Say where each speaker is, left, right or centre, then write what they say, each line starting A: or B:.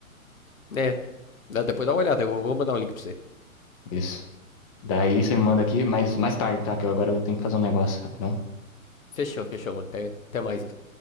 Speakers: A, on the left (about 65°); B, on the left (about 25°).
A: É, dá- depois dá uma olhada, eu vou vou mandar um link pra você.
B: Isso. Daí você me manda aqui, mas mais tarde, tá? Que eu agora eu tenho que fazer um negócio, rapidão.
A: Fechou, fechou, mano. Até, até mais, então.